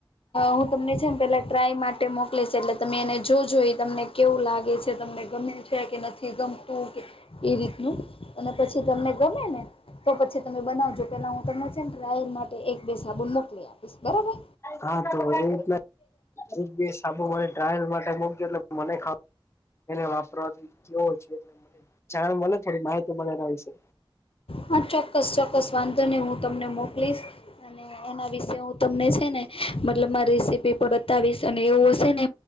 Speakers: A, on the left; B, on the left.
A: હું તમને છે ને પેલા ટ્રાય માટે મોકલીશ એટલે તમે એને જોજઈ તમને કેવું લાગે છે તમને ગમે છે, કે નથી ગમતુ કે એ રીતનું અને પછી તમને ગમે ને તો પછી તમે બનાવજો પેલા હુ, તમ છેમ. ય માટે એક બે સાબુન મોકલી આપીશ બરાબર
B: હા તો એ રીતના એક સાબુમા ટ્રાયલ માટે મોક એટલે મને ખર એને વાપરવાથી કેવો છે, એટલે મ જાણ મને થોડી માહી મળેલા વિશે
A: હા ચોક્કસ ચોક્કસ વાંધો નહી હું તમને મોકલીશ અને એના વિશે હુ તમને છેને, મતલબ મા રેસીપી પણ બતાવીશ અને એવું હશે ને